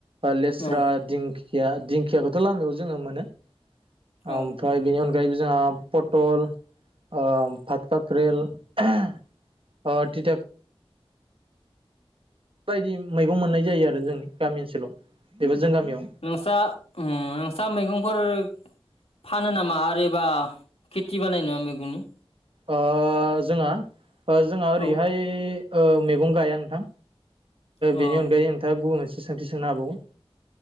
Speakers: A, on the right (about 60°); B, on the left (about 75°).
A: लेस्रा
B: औ
A: दिंखिया दिंख खियाखौथ लामायाव जोङो मोनो
B: औ
A: ओमफ्राय बेनि अन गयैबो जोंहा पटल ओ भाट काक्रेल ओ टिटा बेबायदि मैगं मोननाय जायो आरो जोंनि गामि ओनसोलाव एबा जों गामियाव
B: नोंसा नोंसा मैगंफोर फानो नामा आरो एबा खेथि बानाय नङा मैगंनि?
A: ओ जोंहा ओ जोंहा
B: औ
A: ओरैहाय ओ मैगं गाया नोंथां
B: औ
A: बेनि अनगायै नोंथाङा गुबुन सोंथि सोंनो हाबावो